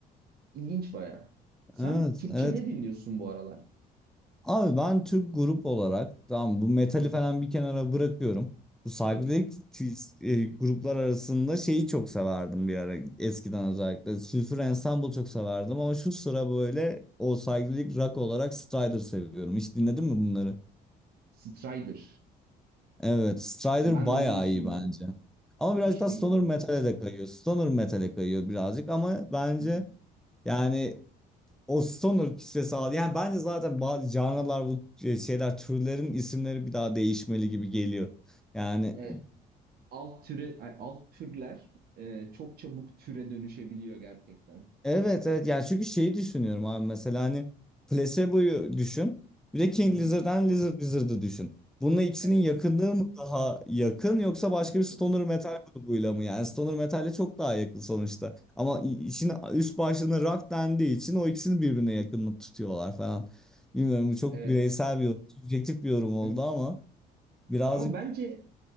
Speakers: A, on the right (about 65°); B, in the centre.
A: İlginç baya. Sen
B: Evet,
A: Türkçe
B: evet.
A: ne dinliyorsun bu aralar?
B: Abi ben Türk grup olarak tamam bu metali
A: Hı hı.
B: falan bir kenara bırakıyorum. Bu saygıdeğer
A: Tabii.
B: e, gruplar arasında şeyi çok severdim bir ara eskiden özellikle. Sülfür Ensemble çok severdim ama şu sıra böyle o saygıdeğer rock olarak Strider seviyorum. Hiç dinledin mi bunları?
A: Strider.
B: Evet, Strider
A: Ben
B: bayağı
A: de bunu hiç
B: iyi
A: duymadım.
B: bence. Ama birazcık
A: Hiç
B: daha
A: duymadım
B: Stoner Metal'e
A: abi.
B: de kayıyor. Stoner Metal'e kayıyor birazcık ama bence
A: Hı
B: yani o Stoner kisvesi aldı. Yani bence zaten bazı canlılar bu e, şeyler türlerin isimleri bir daha değişmeli gibi geliyor. Yani
A: hı. alt türe ay, alt türler e, çok çabuk türe dönüşebiliyor gerçekten.
B: Evet evet yani çünkü şeyi düşünüyorum abi mesela hani Placebo'yu düşün bir de King
A: Hı hı.
B: Lizard'dan Lizard Wizard'ı düşün. Bununla ikisinin
A: Evet.
B: yakınlığı mı daha yakın yoksa başka
A: <laughs>
B: bir stoner metal grubuyla mı yani stoner metale çok daha yakın sonuçta. Ama i- işin üst başlığına rock dendiği için o ikisini birbirine yakınlık tutuyorlar falan. Bilmiyorum bu çok
A: Evet.
B: bireysel bir yorum, subjektif bir yorum oldu
A: <laughs>
B: ama birazcık
A: Ama bence